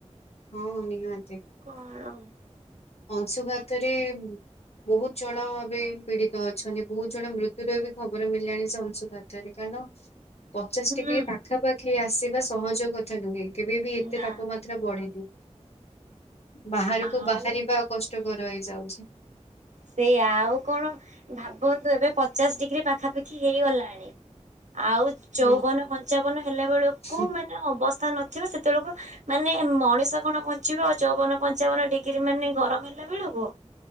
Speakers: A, on the left; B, on the right.
A: ହୁଁ ନିହାତି।
B: କଣ?
A: ଅଂଶୁଘାତରେ ହୁ ବୋହୁତ୍ ଜଣ ଏବେ ପୀଡ଼ିତ ଅଛନ୍ତି ବୋହୁ ଜଣ ମୃତ୍ୟୁର ବି ଖବର ମିଳିଲାଣି ସେ ଅଂଶୁଘା ତ ରେ କାରଣ ପଚାଶ୍
B: ହୁଁ
A: ଡ଼ିଗ୍ରୀ ପାଖାପାଖି ଆସିବା ସହଜ କଥା ନୁହେଁ କେବେବି ଏତେ
B: ନା
A: ତାପମା ଏଥିରେ ବଢ଼ିବି ବାହରକୁ
B: ଆଉ
A: ବାହାରିବା କଷ୍ଟକର ହେଇଯାଉଚି।
B: ସେୟା ଆଉ କଣ ଭାବନ୍ତୁ ଏବେ ପଚାଶ ଡିଗ୍ରୀ ପାଖାପାଖି ହେଇଗଲାଣି। ଆଉ ଚଉବନ
A: ହଁ
B: ପଞ୍ଚାବନ ହେଲା ବେଳକୁ
A: ହୁଁ,
B: ମାନେ ଅବସ୍ଥା ନଥିବ ସେତବେଳକୁ। ମାନେ ମଣିଷ କଣ ବଞ୍ଚିବ ଆଉ ଚଉବନ ପଞ୍ଚାବନ ଡିଗ୍ରୀ ମାନେ ଗରମ ହେଲା ବେଳକୁ।